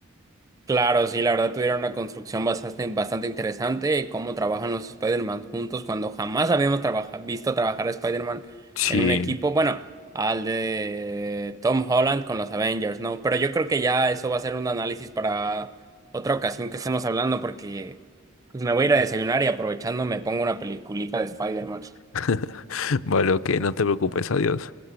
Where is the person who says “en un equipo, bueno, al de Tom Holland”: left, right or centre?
Right